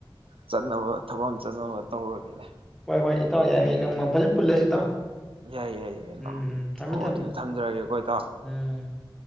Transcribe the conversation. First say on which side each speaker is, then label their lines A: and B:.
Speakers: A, on the right; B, in the centre.
A: ꯆꯠꯅꯕ ꯊꯕꯛ ꯑꯝ ꯆꯠꯅꯕ ꯇꯧꯔꯒꯦꯅꯦ꯫
B: ꯍꯣꯏ ꯍꯣꯏ ꯏꯇꯥꯎ ꯌꯥꯏ꯫ ꯍꯌꯦꯡ ꯅꯣꯡꯃ ꯐꯖ ꯄꯨꯜꯂꯖꯤ ꯏꯇꯥꯎ
A: ꯌꯥꯏ ꯌꯥꯏ ꯌꯥꯏ ꯏꯅꯥꯎ
B: ꯎꯝ ꯎꯝ ꯊꯝꯃꯦ
A: ꯍꯣ
B: ꯊꯝꯃꯦ
A: ꯑꯗꯨꯗꯤ ꯊꯝꯖꯔꯒꯦꯀꯣ ꯏꯇꯥꯎ
B: ꯎꯝ꯫